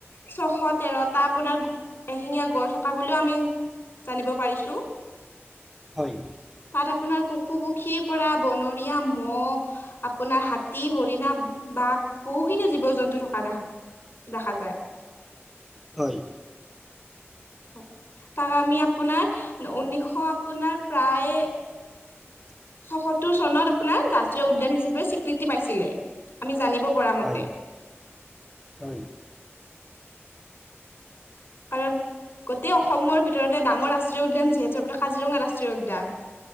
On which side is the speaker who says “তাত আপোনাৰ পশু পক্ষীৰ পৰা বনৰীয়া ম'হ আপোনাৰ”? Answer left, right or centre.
Left